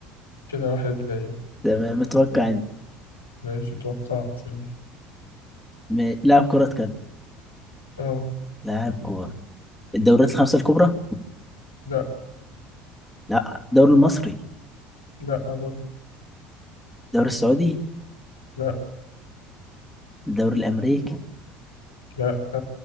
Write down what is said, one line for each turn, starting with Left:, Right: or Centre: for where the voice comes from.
Left: كده واحد ليا
Centre: تمام متوقع انت
Left: ماشي توقعت يعني
Centre: ما- لاعب كرة قدم
Left: اه
Centre: لاعب كورة الدوريات الخمسة الكبرى
Left: لا
Centre: لا الدوري المصري
Left: لا برضه
Centre: الدوري السعودي
Left: لا
Centre: الدوري الأمريكي
Left: لا